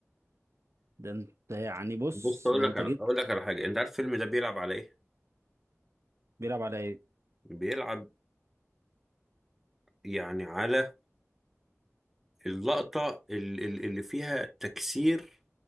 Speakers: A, on the right; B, in the centre.
A: ده انت يعني بص
B: بص اقول
A: ده
B: لك
A: انت
B: على
A: جيت
B: اقول لك على حاجة انت عارف الفيلم ده بيلعب على ايه؟
A: بيلعب على ايه
B: بيلعب يعني على اللقطة ال- ال- اللي فيها تكسير